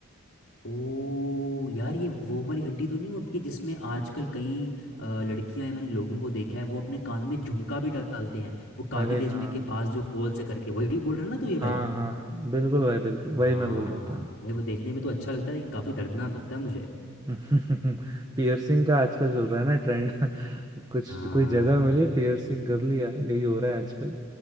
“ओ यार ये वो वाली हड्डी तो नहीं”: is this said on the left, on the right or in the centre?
Left